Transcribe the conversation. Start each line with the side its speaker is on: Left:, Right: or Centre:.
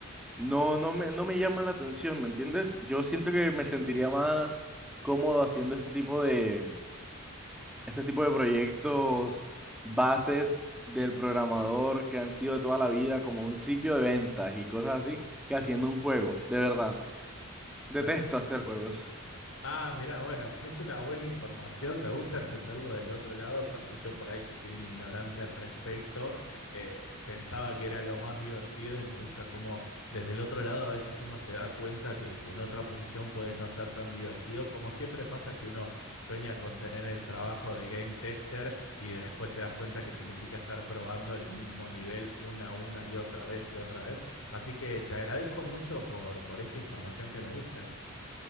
Centre: no, no me, no me llama la atención, ¿me entiendes? Yo siento que me sentiría más cómodo haciendo este tipo de, este tipo de proyectos bases del programador que han sido de toda la vida, como un sitio de ventas y cosas así, que haciendo un juego, de verdad. Detesto
Left: tal cual.
Centre: hacer juegos.
Left: Ah, mira, bueno, es una buena información. Me gusta entenderlo del otro lado cuando yo por ahí que soy un ignorante al respecto, eh, pensaba que era lo más divertido y me gusta cómo desde el otro lado a veces uno se da cuenta que, que en otra posición puede no ser tan divertido. Como siempre pasa que uno sueña con tener el trabajo de game tester y después te das cuenta que significa estar probando el mismo nivel una, una y otra vez y otra vez. Así que te agradezco mucho por, por esta información que me diste.